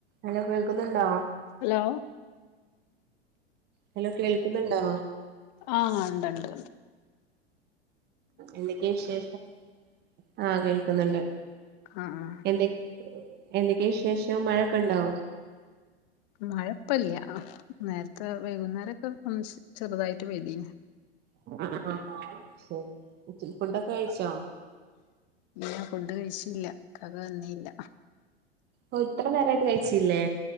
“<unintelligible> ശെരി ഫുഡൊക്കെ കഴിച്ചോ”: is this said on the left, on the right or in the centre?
Right